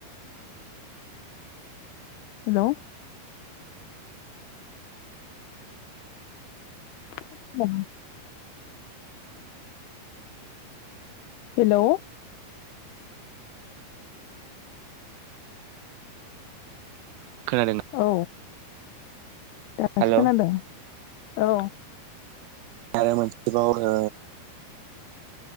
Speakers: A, on the left (about 80°); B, on the right (about 80°).
A: हेलौ। <inaudible> हेलौ
B: खोनादों
A: औ। दासो
B: हेल'
A: खोनादों औ।
B: आरो मोनसेबाव ओ